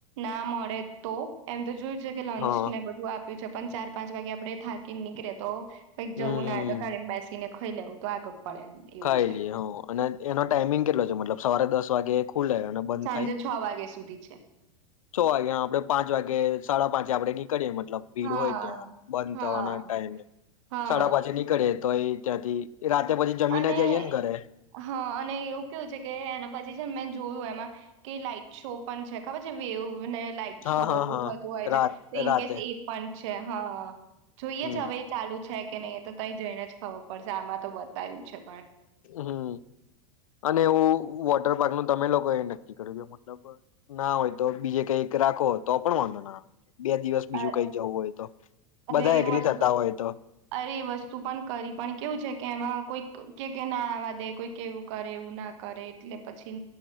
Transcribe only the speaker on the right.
ના મળે તો એમ તો જોય જગ લોન્ચ
ને બધું આપ... છે પણ ચાર પાંચ વાગે આપડે થા.... ન્ની કરિરે તો કઈક
જવું
ના તો ગાડી બ બેસીને નલવું તો આગળ પડે એમ એવું
છે.
સાંજે
છ વાગ્યા સુધી છે.
હા
હા.
હા હા.
અને
હા અને એવું કેવું છે કે એના પછી... મેં જોયું એમાં કે લાઈટ શો પણ છે ખબર છે વેવ ને લાઈટ
શો
બધું
થતું હોય
છે તો ઇન
કેસ એ પણ અચ્છા હા જોઈએ
જ હવે એ ચાલુ છે કે નહીં એ તો ત જઈને જ ખબર પડશે આમાં તો બ તં છે
અ
અરે
વસ્તુ
અરે એ વસ્તુ પણ કરી પણ કેવું છે કે એમાં કોઈ... કે કે ના આવા દે કોઈ કે એવું કરે એવું ના કરે એટલે પછી